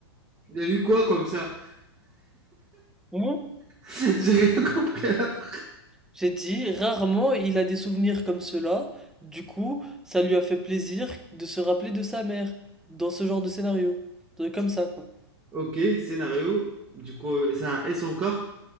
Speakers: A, on the right; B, in the centre.
A: il a lu quoi comme ça
B: Ou,
A: <laughs> J'ai rien compris à la phrase.
B: j'ai dit, rarement il a des souvenirs comme cela, du coup, ça lui a fait plaisir de se rappeler de sa mère dans ce genre de scénario. De- Comme ça, quoi.
A: Ok, scénario. Du coup, euh, c'est un S encore.